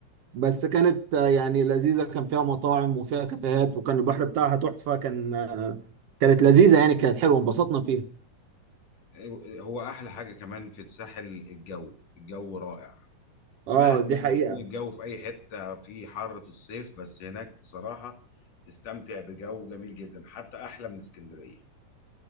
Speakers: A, on the right (about 60°); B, on the left (about 55°).
A: بس كانت آه، يعني لذيذه كان فيها مطاعم وفيها كافيهات وكان البحر بتاعها تحفه كان آه، كانت لذيذه يعني كانت حلوه انبسطنا فيها
B: آه، هو أحلى حاجة كمان في الساحل الجو الجو رائع
A: اه
B: مهما
A: دي حقيقة
B: يكون الجو في أي حتة في حر في الصيف بس هناك بصراحة تستمتع بجو جميل جدا حتى أحلى من اسكندرية